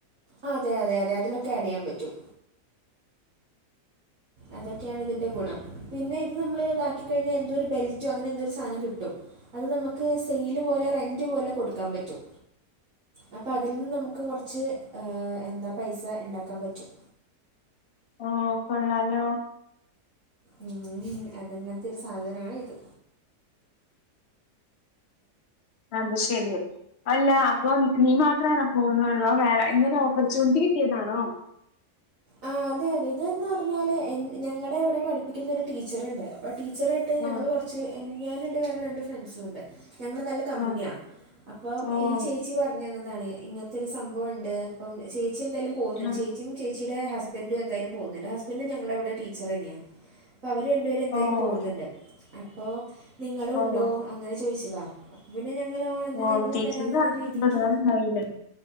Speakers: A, on the right (about 55°); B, on the left (about 45°).
A: ആ അതെ അതെ അതെ അതിലൊക്കെ ആഡ് ചെയാൻ പറ്റും അതൊക്കെയാണ് ഇതിൻ്റെ ഗുണം പിന്നെ ഇത് നമ്മൾ ഇതാക്കി കഴിഞ്ഞാ എന്തോ ഒരു ബെൽറ്റോ അങ്ങനെ എന്തോ ഒരു സാനം കിട്ടും. അത് നമ്മക്ക് സെയില് പോലെ റെന്റ് പോലെ കൊടുക്കാൻ പറ്റും അപ്പൊ അതിൽ നിന്ന് നമുക്ക് കുറച്ച് ഏ എന്താ പൈസ ഉണ്ടാക്കാൻ പറ്റും
B: ഓ കൊള്ളാലോ
A: ഉം അതങ്ങൻത്തെ ഒരു സാധനാണ് ഇത്
B: അത് ശരി അല്ല അപ്പൊ നീ മാത്രാണൊ പോവു അോ വേറെ എങ്ങനെ ഓപ്പർച്യണിറ്റി കിട്ടിയതാണോ
A: ആ അതെ അതെ ഇതന്ന് പറഞ്ഞാല് ഞങ്ങളുടെ ഇവിടെ പഠിപ്പിക്കുന്നൊ ഒരു ടീച്ചർുണ്ട് അപ്പൊ ടീച്ചർട്ട് ണ്ട് ഞങ്ങള്
B: ആഹ്
A: കൊർച്ച് ഞാന്ണ്ട് വേറെ രണ്ട് ഫ്രണ്ട്സൂണ്ട് ഞങ്ങള് നല്ല കമ്പനിയാ
B: ആഹ്.
A: അപ്പം
B: ഓഹ്.
A: ഈ ചേച്ചി പറഞ്ഞ എന്താണ് ഇങ്ങനത്തെ ഒരു സംഭവംമുണ്ട് അപ്പം ചേച്ചി എന്തായാലും പോകുന്നുണ്ട്
B: ആഹ്.
A: ചേച്ചിയും കൊച്ചിയുടെ ഹസ്ബൻറും എന്തായാലും പോകുന്നുണ്ട് ഹസ്ബൻഡും ഞുടെവിടെ ടീച്ചർ തന്നെയാ അപ്പ അവര് രണ്ടു പേരും എന്തായാലും
B: ഓഹ്.
A: പോകുന്നുണ്ട് അപ്പോ നിങ്ങളുണ്ടോ
B: ഓഹ്.
A: അങ്ങനെ ചോദിച്ചതാ അപ്പ പിന്നെ ഞങ്ങള എന്നാ
B: ഓഹ്.
A: ഞങ്ങളും
B: ചേച്ചിക്ക്
A: വരാന്നുള്ള
B: കാരണം
A: രീതിക്ക്
B: ഉപകാരണ്ടായില്ലേ?